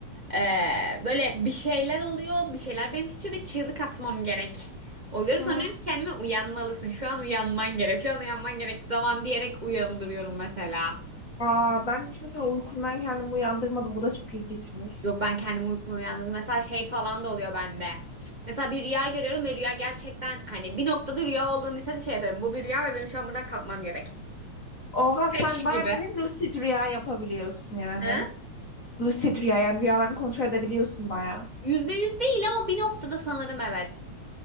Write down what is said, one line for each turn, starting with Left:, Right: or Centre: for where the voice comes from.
Right: Ee, böyle bir şeyler oluyor. Bir şeyler beni tutuyor ve çığlık atmam gerek. Oluyorum.
Left: Hı hı.
Right: Sonra diyorum ki kendime uyanmalısın. Şu an uyanman gerek. Şu an uyanman gerek zaman diyerek uyandırıyorum mesela.
Left: Aa, ben hiç mesela uykumdan kendimi uyandırmadım. Bu da çok ilginçmiş.
Right: Yok ben kendimi unutma uyandırdım. Mesela şey falan da oluyor bende. Mesela bir rüya görüyorum ve rüya gerçekten hani bir noktada rüya olduğunu ise de şey yapıyorum. Bu bir rüya ve benim şu an buradan kalkmam gerek.
Left: Oha sen
Right: Şey
Left: bayağı
Right: gibi.
Left: bir lucid rüya yapabiliyorsun yani.
Right: He?
Left: lucid rüya yani rüyalarını kontrol edebiliyorsun bayağı.
Right: Yüzde yüz değil ama bir noktada sanırım evet.